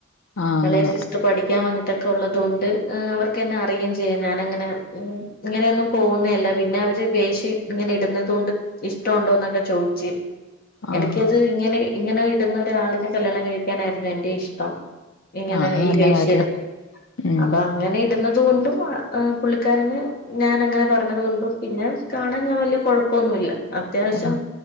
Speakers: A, on the left; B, on the left.
A: ആഹ് അങ്ങനെ
B: ഇളയെ സിസ്റ്റർ പഠിക്കാൻ വന്നി ട്ട് ഒക്കെ ഉള്ളതു കൊണ്ട് അവർക്കന്നെ അറിയുകയും ചെയ്യാം ഞാനങ്ങനെ ഇങ്ങനെയൊന്നും പോകുന്നല്ല പിന്നെ അവര് വേശി ഇങ്ങനെ ഇടുന്നത് കൊണ്ട് ഇഷ്ടമുണ്ടോ എന്നൊക്കെ ചോദിച്ച്
A: ആഹ്
B: എനിക്കത് ഇങ്ങനെ. ഇങ്ങനെ ഇടുന്ന ഒരാളിനെ കല്ല്യാണം കഴിക്കാനായിരുന്നു എന്റെ ഇഷ്ടം. ഇങ്ങനെ
A: ആഹ് അത്
B: ഈ
A: നല്ല
B: വേശം
A: കാര്യം
B: ഇടുന്പോ
A: ഉം
B: അപ്പൊ അങ്ങനെ ഇടുന്ന തുകൊണ്ടും പുള്ളിക്കാരന് ഞാൻ അങ്ങനെ പറഞ്ഞത്കൊണ്ടും പിന്നെ കാണാൻ ഞാൻ വലിയ കുഴപ്പൊന്നുല്ല അത്യാവശ്യം
A: ആഹ്